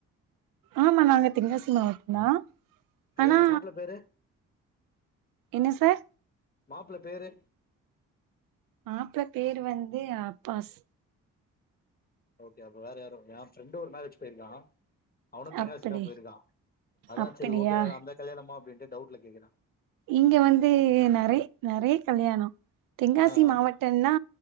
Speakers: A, on the right; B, on the left.
A: ஆமா நாங்க தென்காசி மாவட்டம் தான்
B: கல்யாணம்
A: ஆனா
B: மாப்பிள்ள பேரு
A: என்ன சார்
B: மாப்பிள்ள பேரு
A: மாப்ள பேரு வந்து அப்பாஸ்
B: ஓகே அப்ப வேற யாரும் என் ஃப்ரெண்டும் ஒரு மேரேஜ் போயிருக்கான் அவனும் தெங்காசி
A: அப்படி
B: தான் போயிருக்கான் அததான்
A: அப்படியா
B: சரி ஓகே அந்த கல்யாணம்மா அப்படின்னு டவுட்ல கேக்குற
A: இங்க வந்து நிறைய நிறைய கல்யாணம் தென்காசி
B: ஆ
A: மாவட்டம்ன்னா